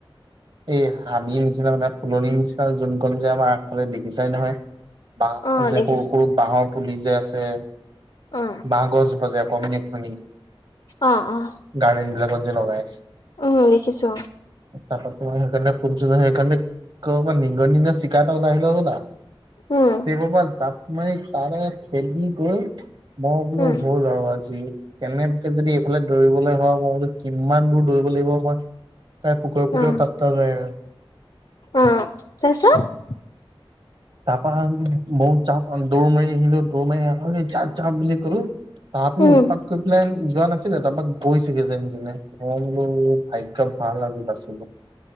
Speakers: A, on the right; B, on the left.
A: এই হাবিৰ নিচিনা মানে ফুলনি নিছিনা যোনকন যে আমাৰ আগফালে দেখিপাই নহয়, বাঁহ
B: অ
A: যে
B: দেখিছো
A: সৰু সৰু বাঁহৰ পুলি যে আছে।
B: অ
A: বাঁহ গছজোপা যে অকমানি অকমানি।
B: অ অ
A: গাৰ্ডেনবিলাকত যে লগায়।
B: উম দেখিছো
A: তাপা তোমাৰ সেইকাৰণে ফুলচুলৰ সেইকাৰে কৰবাৰ পৰা নিগনি নে চিকা এটা ওলাই আহিলে হবলা।
B: উম
A: ইষ্টেপপা জাপ মাৰি তাৰে থেলি গৈ মই বোলো
B: উম
A: হল আৰু আজি। কেনেবাকে যদি এইফালে দৌৰিবলৈ হয় মই বোলো কিমান দূৰ দৌৰিব লাগিব মই তাই পোকৰে পোকৰে
B: অ
A: পাতা নাই আৰু।
B: অ তাৰপিছত?
A: তাপা ভাবিলোঁ মইও জাপ আও দৌৰ মাৰি আহিলো দৌৰ মাৰি আহি ঐ যা যা বুলি কলো। তাহাতিও
B: উম
A: উৎপাত কৰি পেলাই যোৱা নাছিলে তাপা গৈছেগে যেন তেনে। মই বোলো ভাগ্য ভাল আজি বাছিলো।